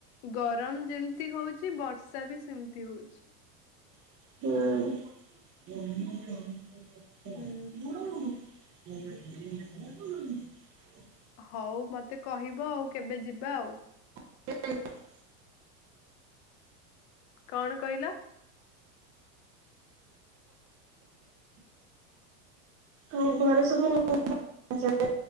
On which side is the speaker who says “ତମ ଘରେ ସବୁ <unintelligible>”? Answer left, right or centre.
Right